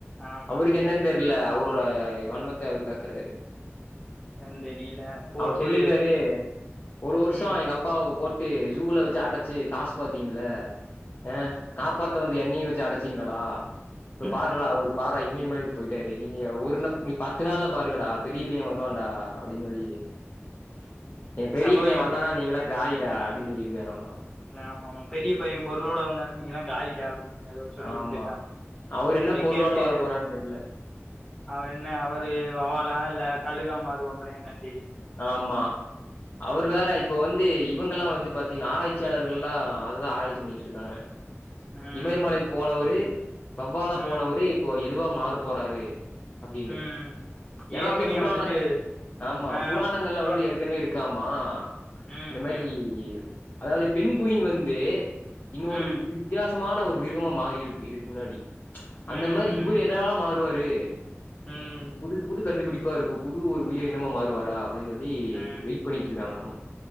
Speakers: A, on the left; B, on the left.
A: ஆமா
B: அவருக்கு
A: ஆமா
B: என்னென் தெர்ல அவரோட வன்மத்த அவரு கக்குறாரு
A: என்னன்னு தெரியல போட்டு
B: அவர் சொல்லிருக்காரு ஒரு வருஷோ
A: ம்
B: எங்க அப்பாவுக்கு போ ட்டு ஜூல வச்சி அடச்சி காசு பாத்தீங்கள அ
A: ம்
B: காப்பாத் த வந்த என்னயு வச்சி அடச்சிங்களடா இப்ப
A: ம்
B: பார்ரா அவுரு பார்ரா இமயமலை பொயிட்டாரு நீங்க ஒரு நப் நீ பத்து நாள்ல பாருங்கடா பெரிய பையே வருவான்டா அப்டின்னு சொல்லி
A: ம்
B: ஏ பெரிய
A: சபதம்
B: பையே வந்தானா நீங்களா காலிடா அப்டின்னு சொல்லிருக்காராமா
A: என்ன ஆமா ஆமா பெரிய பையே பொருளோட வந்தாலு நீங்களா காலிடா அப்டி எதோ சொல்லிருந்துருக்காரா
B: ஆமா. அவரு என்ன
A: அத
B: பொருளோட
A: கேட்டு
B: வரப்போறாருன்னு தெரியல.
A: அவர் என்ன அவரு வவ்வாலா இல்ல கழுகா மாறுவாப்பளயா என்னென்
B: ஆமா அவுரு
A: ம்
B: வேற இப்ப வந்து இவுங்கெல்லா வந்து பாத்தீங்னா ஆராய்ச்சியாளர்கள்லா அததா ஆராய்ச்சி பண்ணிட்ருக்காங்க
A: ம்
B: இமயமலைக்கு போனவரு வவ்வாலா
A: ம்
B: போனவரு இப்போ இதுவா மாறு போறாரு அப்டின்னு
A: ம்
B: ஏனா
A: ஏற்கனவே
B: வந்து புராணங்கள்
A: வந்துட்டு
B: ஆமா
A: ஆ
B: புராணங்கள்ல
A: அப்புறம்
B: வந்து ஏற்கனவே இருக்காமா
A: ம்
B: இந்த மாரி
A: ம்
B: அதாது பெண் குயின் வந்து இன்னொரு
A: ம்
B: வித்தியாசமான ஒரு மிருகமா மாறிருக்கு இதுக் முன்னாடி
A: ம்
B: அந்த மாரி இவுரு எதாவா மாறுவாரு
A: ம் ம்
B: புது புது கண்டுபுடிப்பா இருக்கு புது ஒரு உயிரினமா மாறுவாரா அப்டின் சொல்லி
A: ம்
B: வெயிட் பண்ணிட்டு இருக்காங்களாமா.